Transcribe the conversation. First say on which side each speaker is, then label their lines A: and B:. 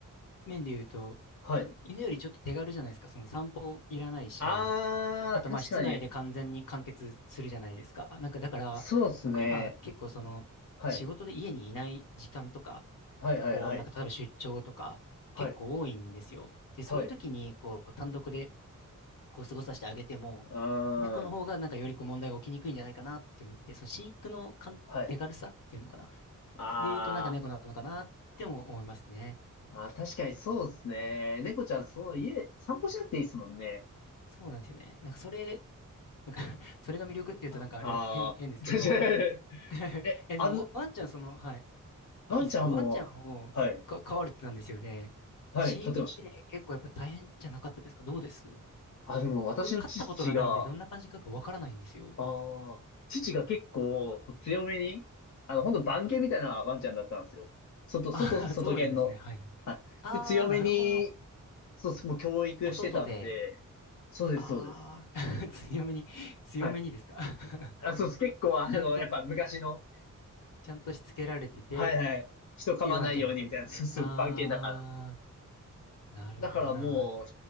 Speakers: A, on the left; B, on the left.
A: 面で言うと、
B: はい。
A: 犬よりちょっと手軽じゃないですか。その散歩いらないし、
B: あー、
A: あとまあ室内で完全に完結するじゃないですか。
B: 確かに。
A: なんかだから、
B: そうっすね。
A: 僕今結構その仕事で家にいない時間とか、
B: はい。はいはいはい。
A: こうなんか例えば出張とか結構多いんですよ。
B: はい。
A: で、そういう時にこう単独で
B: はい。う
A: こう過ごさせてあげても、
B: ーん。
A: 猫の方がなんかよりこう問題が起きにくいんじゃないかなって思って、その飼育のかん手軽さっていうのかな。
B: はい。あー。
A: で言うとなんか猫なのかなっても思いますね。
B: あー、確かにそうっすね。猫ちゃん、そう、家、散歩しなくていいっすもんね。
A: そうなんですよね。なんかそれなんか <laughs> それが魅力っていうとなんかあれだ、
B: ああー、
A: 変、変ですけど。
B: <laughs> 確かに。
A: <laughs>
B: え、
A: え、
B: あず、
A: でもワ、ワンちゃんその、はい。あ、
B: ワンちゃんも、
A: いいですか。ワンちゃんをか飼われてたんですよね。
B: はい、はい、
A: 飼育って結構やっぱ大変じゃなかったですかどうです
B: 飼ってました。あ、でも私の父が、
A: 僕、飼ったことがないんで、どんな感じかがわからないんですよ。
B: ああ、父が結構強めに、あの、ほんと番犬みたいなワンちゃんだったんですよ。外、外、
A: あ
B: 外犬の。
A: <laughs> そうなんですね。はい。
B: はい。
A: あーなるほど。
B: で、強めに、そうです、もう教育してたんで、
A: お外で、
B: そうです、
A: あー
B: そうです。
A: <laughs> 強めに、強めにですか
B: はい。
A: <laughs>
B: あ、そうです、結構あの、
A: ちゃんと、
B: やっぱ昔の、
A: ちゃんとしつけられててっ
B: はいはい、人噛まないようにみたいな、
A: ていうワンちゃんだったんですね。
B: そうそう、
A: ああ、
B: 番犬だから。
A: なるほどな。
B: だからもう、